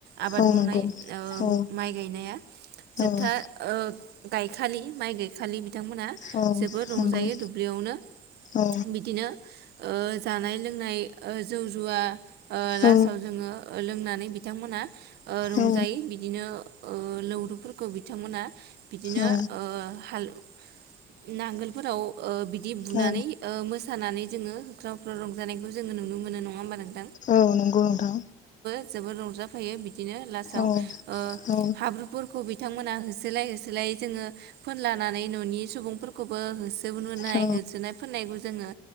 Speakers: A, on the right; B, on the left.
A: आबाद
B: औ
A: मावनाय
B: नंगौ औ
A: माइ गायनाया जोबथा
B: औ
A: ओ गायखालि माइ गायखालि बिथांमोनहा
B: औ
A: जोबोद
B: नंगौ
A: रंजायो दुब्लियावनो
B: औ
A: बिदिनो ओ जानाय लोंनाय जौ जुवा ओ लास्टाव
B: औ
A: जोङो लोंनानै बिथांमोना रंजायो
B: औ
A: बिदिनो लौरुफोरखौ बिथांमोना बिदिनो
B: औ
A: हालु नांगोलफोराव ओ बि बिदि बुनानै
B: औ
A: ओ थानानै जोङो रावफ्राव रंजानायखौ जोङो नुनो मोनो नङा होमबा नों
B: औ नंगौ नोंथां
A: जोबोर रंजाफायो बि बिदिनो लास्तआव
B: औ
A: ओ
B: औ
A: हाब्रुफोरखौ बि बिथांमोनहा होसोलाय होसोलाय जोङो फोनला नानै न'नि सुबुं फोरखौबो होसो जनाय
B: औ
A: होसोना फोननायबो जोङो